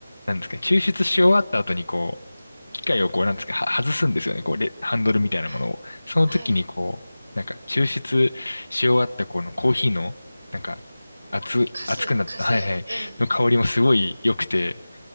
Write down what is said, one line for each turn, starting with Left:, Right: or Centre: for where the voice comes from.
Left: なんですかね、抽出し終わった後にこう、機械をこう、なんですかね、は外すんですよね、こう、レ、ハンドルみたいなものを。
Right: はい、
Left: その時にこう、
Right: はい。
Left: なんか、抽出し終わったこのコーヒーの、なんか、熱、
Right: かす、
Left: 熱くなった、
Right: かす、
Left: はいはい、
Right: うん。
Left: の香りもすごい良くて、